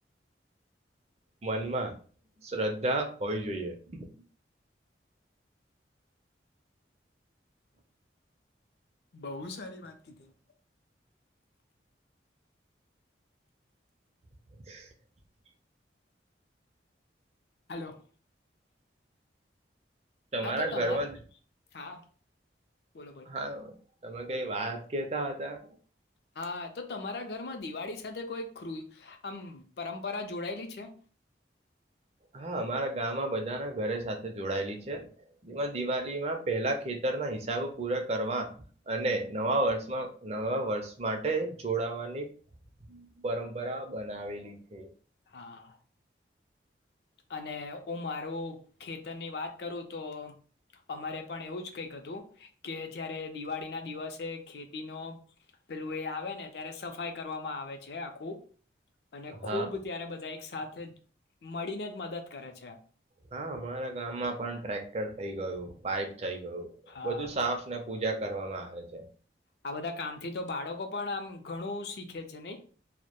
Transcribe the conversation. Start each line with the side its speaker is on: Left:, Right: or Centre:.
Right: મનમાં શ્રદ્ધા હોવી જોઈએ
Left: બઉ જ સારી વાત કીધ
Right: <inaudible>
Left: હાલો
Right: તમારા
Left: હા તો તમારે
Right: ઘરમાં
Left: હા બોલો બોલો
Right: હા તમા કઈ વાત કેતા હતા
Left: હા તો તમારા ઘરમાં દિવાળી સાથે કોઈ આમ પરંપરા જોડાયેલી છે.
Right: હા અમારા ગામમાં બધા ના ઘરે સાથે જોડાયેલી છે. જેમાં દિવાલીમાં પહેલા ખેતરના હિસ સાઓ પૂરા કરવા અને નવા વર્ષમાં નવા વર્ષ માટે જોડાવાની પરંપરા બનાવેલી છે.
Left: હા અને હું મારું ખેતરની વાત કરું તો અમારે પણ એવું જ કઈક હતું કે જયારે દિવાળી ના દિવસે ખેતી નો પેલું એ આવે ને ત્યારે સફાઈ કરવામાં આવે છે. ખૂ અને ખુબ
Right: હા
Left: એક સાથે જ મળીને મદદ કરે છે.
Right: હા અમારા ગામમાં પણ ટ્રેક્ટર થઈ ગયું. પાઇપ થઈ ગયું
Left: હા.
Right: બધું સાફને પૂજા કરવામાં આવે છે.
Left: આ બધા કામથી તો બાળકો પણ આમ ઘણું શીખે છે નહી.